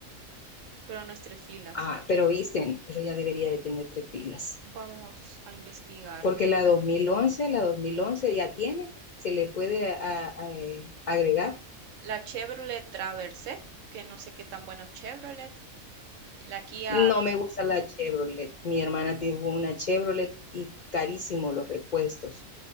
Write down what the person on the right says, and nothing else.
pero no es tres filas.
Vamos a investigar.
la Chevrolet Traverse, que no sé qué tan bueno es Chevrolet, la Kia,